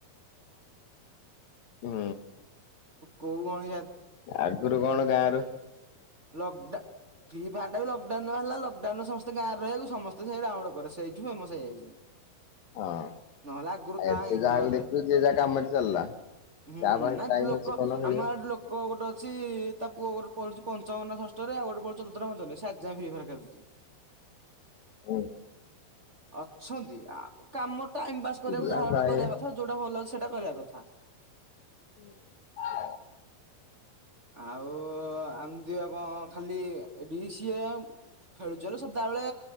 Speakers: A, on the left; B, on the right.
A: ହୁଁ।
B: କୋଉ ଗଣି
A: ଆଗରୁ କଣ ଗାଁ
B: ଲକ୍ଡାଉ ଫ୍ରି ଫାୟାର ଟା ବି ଲକ୍ଡାଉନ ହେଲା ସମସ୍ତେ ଗାଁ ରହିବାକୁ ସମସ୍ତେ ସେଇଡ ଆରେ ସେଇଠୁ ଫେମସ ହେଇଯାଇଛି।
A: ହଁ
B: ନହେଲେ ଆଗରୁ
A: ଏବେ
B: କାଇଁ
A: ଯାହାକୁ
B: ନହେଲେ
A: ଦେଖିବୁ ଯିଏ ଯାହା କାମରେ ଚାଲିଲା।
B: ହୁଁ
A: କାହା ପାଖରେ
B: ନାଇଁ
A: ଟାଇମ
B: ଲୋକ
A: ଅଛି କହୁନ ଖେଳିବ
B: ଆମ ଲୋକ ଗୋଟେ ଅଛି ତା ପୁଅ ଗୋଟେ ପଡୁଛି ପଞ୍ଚମ ନା ଷଷ୍ଠ। ଷଷ୍ଠରେ ଆଉ ଗୋଟେ ପଢୁଛି ସିଏ ଆଜି ଯାଏଁ ଫ୍ରି ଫାୟାର ଖେଳୁଚି।
A: ହୁଁ
B: ଅଛନ୍ତି ଆଉ କାମ ଟାଇମ ପାସ୍
A: ପିଲା
B: କରିବାକୁ ଯାହା
A: ପ୍ରାୟ
B: ଗୋଟେ କରିବା କଥା ଯୋଉଟା ଭଲ ଲାଗୁଚି ସେଇଟା ସେଟା କରିବା କଥା।
A: <inaudible>
B: ଆଉ ଏମତି ଆଉ କଣ ଖାଲି ଏଠି ସିଏ ଖେଳୁଛ ସଦା ବେଳେ